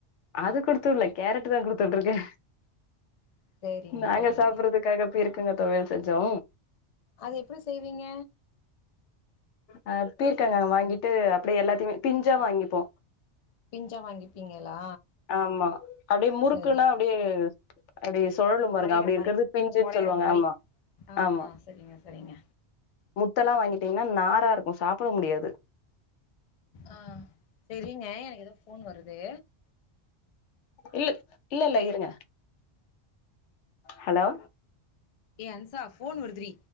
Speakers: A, on the left; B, on the left.
A: அது குடுத்துவுட்ல கேரட் தா குடுத்துட்டுருக்கே
B: சேரிங்க
A: நாங்க
B: சேரிங்க
A: சாப்புட்றதுக்காக பீர்க் பீக்கங்கா தொவையல் செஞ்சோ
B: அது எப்டி செய்வீங்க
A: அ பீர்க்கங்கா வாங்கிட்டு அப்படியே எல்லாத்தையுமே பிஞ்சா வாங்கிப்போ
B: பிஞ்சா வாங்கிப்பீங்களா
A: ஆமா அப்டியே முறுக்குன்னா
B: சேரி
A: அப்டியே அப்டி சுழலு பாருங்க
B: ஒடையிற
A: அப்டி இருக்கிறது
B: மாரி
A: பிஞ்சுன்னு
B: ஒடையிற
A: சொல்லுவாங்க
B: மாரி
A: ஆமா
B: ஆ
A: ஆமா
B: ஆ சரிங்க சரிங்க
A: மு தலா வாங்கி டீங்கன்னா நாரா இருக்கோ சாப்ட முடியாது
B: ஆ சேரிங்க எனக்கு ஏதோ ஃபோன் வருது
A: இல் இல்ல இல்ல இருங்க ஹலோ
B: ஏ அன்சா ஃபோன் வருது டி